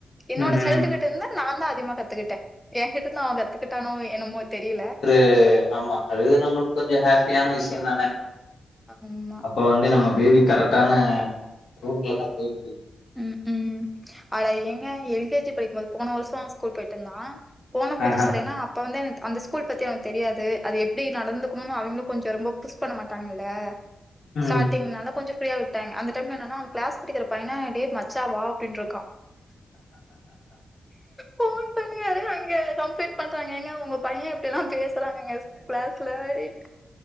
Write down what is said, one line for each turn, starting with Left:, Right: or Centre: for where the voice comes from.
Centre: என்னோட
Left: ம்
Centre: சைல்டு
Left: ம்
Centre: கிட்ட இருந்து நாந்தா அதிகமா கத்துக்கிட்டே எங்கிட்டருந்து அவன் கத்துகிட்டானோ என்னமோ தெரியில
Left: தே ஆமா அது நம்மளுக்கு கொஞ்ச ஹாப்பியான விஷயந்தானே
Centre: அம்மா
Left: அப்ப வந்து நம்ம பேபி கரெக்டான ரூட்ல தா போயிட்ருக்கு
Centre: ம் ம் அட எங்க எல்கேஜி படிக்கும்போது போன வருஷோ ஸ்கூல் போயிட்டு இருந்தா போனா
Left: ஆ
Centre: புதுசுலேன்னா
Left: ஆ
Centre: அப் இப்ப வந்து எனக்கு அந்த ஸ்கூல் பத்தி அவனுக்கு தெரியாது அது எப்டி நடந்துக்கணுன்னு அவெங்களு கொஞ்சோ ரொம்ப புஷ் பண்ண மாட்டாங்கல்ல
Left: ம்
Centre: ஸ்டார்டிங்னால கொஞ்ச ஃப்ரீயா விட்டாங்க அந்த டைம்ல என்னன்னா கிளாஸ் படிக்கிற பையன ஏ மச்சா வா அப்புடின்ருக்கா போன் பண்ணி யாரையோ அங்கே கம்ப்ளைன்ட் பண்றாங்க ஏங்க உங்க பையே இப்டி எல்லா பேசுறாங்கங்க ஸ் க்ளாஸ் க்ளவரீட்